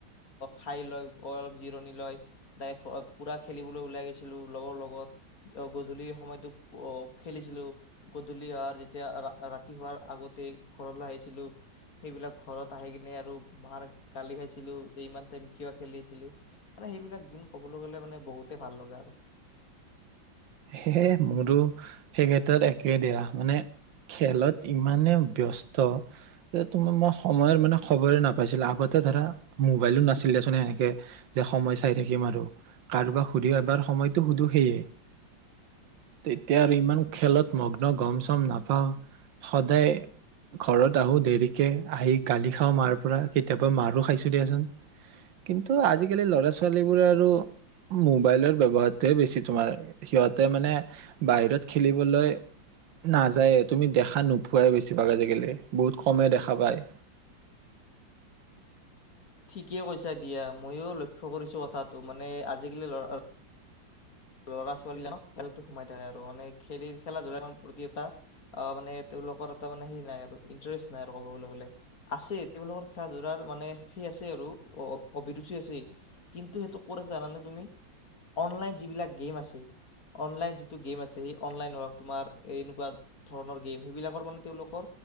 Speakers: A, on the left; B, on the right.
A: খাই লয় অলপ জিৰণি লয় ডাইক পূৰা খেলিবলৈ ওলাই গৈছিলোঁ লগৰ লগত গধূলিৰ সময়টো খেলিছিলোঁ গধূলি অহাৰ যেতিয়া তোমাৰ আগতে ঘৰলৈ আহিছিলো সেইবিলাক ঘৰত আহি কিনে আৰু মাৰ গালি খাইছিলো যে ইমান টাইম কিবা খেলিছিলি মানে সেইবিলাক দিন ক'বলৈ গ'লে মানে বহুতে ভাল লগা আৰু
B: সেয়ে মোৰো সেই ক্ষেত্ৰত একে বেয়া মানে খেলত ইমানে ব্যস্ত ‌যে‌ তোমাৰ মই সময়ৰ মানে খবৰে নাপাইছিলো আগতে ধৰা মোবাইলো নাছিলেচোন সেনেকে যে সময় চাই থাকিম আৰু কাৰোবাক সুধি এবাৰ সময়তটো সুধো সেয়ে তেতিয়া আৰু ইমান খেলত মগ্ন গম চম নাপাওঁ সদায় ঘৰত আহোঁ দেৰিকে আহি গালি খাওঁ মাৰ পৰা কেতিয়াবা মাৰো খাইছোঁ দিয়াচোন কিন্তু আজিকালি ল'ৰা ছোৱালীবোৰে আৰু মোবাইলৰ ব্যৱহাৰটোহে বেছি তোমাৰ সিহঁতে মানে বাহিৰত খেলিবলৈ নাযায়। তুমি দেখা নোপোৱাই বেছিভাগ আজিকালি বহুত কমে দেখা পায়।
A: ঠিকেই কৈছা দিয়া ময়ো লক্ষ্য কৰিছো কথাটো মানে আজিকালি ল'ৰা ল'ৰা ছোৱালীবিলাকক খেল সোমা থাকে। আৰু মানে খেলি খেলা-ধূলা প্ৰতি এটা মানে তেওঁলোকৰ এটা মে সেই নাই আৰু ইণ্টাৰেষ্ট নাই আৰু ক'ব গলে আছে। তেওঁলোকৰ খেলা-ধূলাৰ মানে সেই আছে আৰু অভিৰুচি আছে কিন্তু সেইটো ক জানানে তুমি অনলাইন যিবিলাক গেম আছে অনলাইন যিটো গেম আছে সেই অনলাইন হৰক তোমাৰ এনেকুৱা ধৰণৰ গেম সেইবিলাকৰ মানে তেওঁলোকৰ